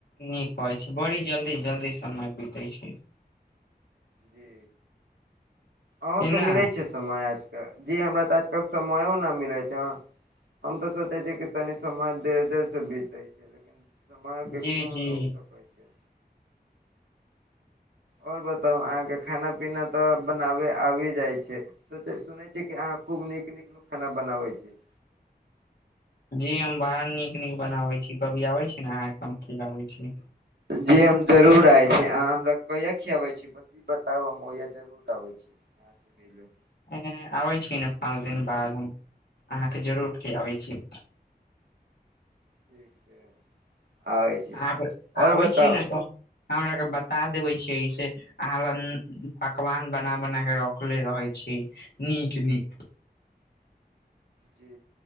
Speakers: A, on the left; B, on the right.
A: नीक कहै छै बड़ी जल्दी जल्दी समय बितै छै।
B: जी अहौंके
A: कि ना
B: मिलै छै समय आजकल जी हमरा तऽ आज कल समयो ना मिलै छै। हम तऽ सोचे छी कि तनी समय देर देर से बीतै के लेकिन समयके
A: जी
B: कोन
A: जी
B: रोक सकै छै। आओर बताउ अहाँके खाना पीना तऽ बनाबै आबि जाइ छै। सुनै छी कि अहाँ खूब नीक-नीक खाना बनाबै छी।
A: जी हम बड़ा नीक-नीक बनाबै छी कभी अबै छी ना अहाँके हम खिलाबै छी।
B: जी हम जरूर आबै छी अहाँ हमरा कहिया खियाबै छी बस ई बताउ हम ओहिआ जरूर अबै छी। आहाॅंस मिले।
A: एं आबै छी ने पाँच दिन बाद हम अहाँके जरूर खिआबै छी।
B: ठीक छै आबै छी।
A: आब
B: आओर
A: आबै
B: बताउ
A: छीयै ने तऽ हमराके बता देबै छियै ईसे अहाँ लन पकवान बना-बना के रखऽले रहै छी नीक-नीक।
B: जी